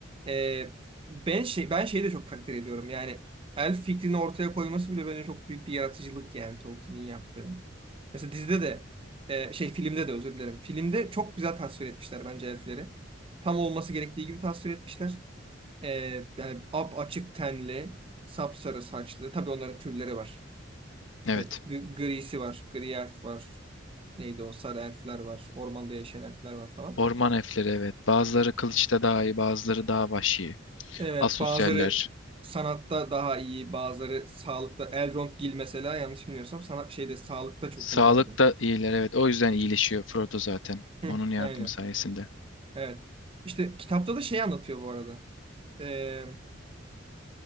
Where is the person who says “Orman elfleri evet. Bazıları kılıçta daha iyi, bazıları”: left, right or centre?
Left